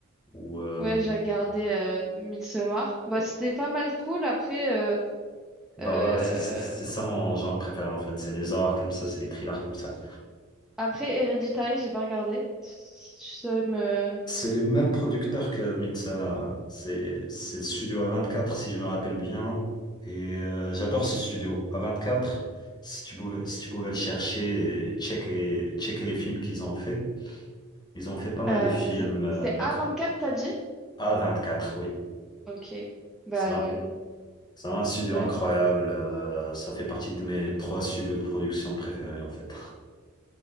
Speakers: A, on the left; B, in the centre.
A: ou, euh,
B: Ouais, j'ai regardé euh, Midsommar. Bah, c'était pas mal cool. Après, euh,
A: Bah
B: euh,
A: voilà, c'est c'est- c'est ça mon genre préféré en fait. C'est les horreurs comme ça, c'est les thrillers comme ça.
B: après Hereditary, j'ai pas regardé. Si Tu saurais me...
A: C'est les mêmes producteurs que Midsommar. C'est c'est le studio A24 si je me rappelle bien. Et euh, j'adore ce studio. A24, si tu pouvais, si tu pouvais le chercher et checker, checker les films qu'ils ont fait. Ils ont fait pas mal
B: Euh,
A: de films
B: vas-y.
A: euh,
B: C'est
A: incro-
B: a quatre t'as dit?
A: A24, oui.
B: Ok. Bah,
A: C'est là. C'est un studio
B: j'ai.
A: incroyable. euh, ça fait partie de mes trois studios de production préférés en fait.